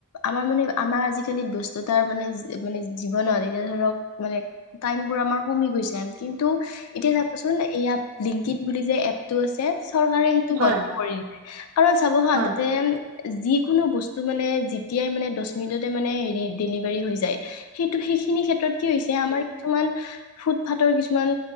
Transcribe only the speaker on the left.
আমাৰ মানে আমাৰ আজিকালি ব্যস্ততাৰ মানে, মানে জীৱনত, এতিয়া ধৰক মানে টাইম বোৰ আমাৰ কমি গৈছে, কিন্তু এতিয়া চাবচোন এইয়া ব্লিংক ইট বুলি যে এপটো আছে, চৰকাৰে সেইটো
বন্ধ
কৰি দিলে। কাৰণ চাব হা,
তাতে যিকোনো বস্তু মানে, যেতিয়াই মানে দহ মিনিটতে মানে হেৰি, ডেলিভাৰী হৈ যায়। সেইটো, সেইখিনি ক্ষেত্ৰত কি হৈছে? আমাৰ কিছুমান ফুট ফাটৰ কিছুমান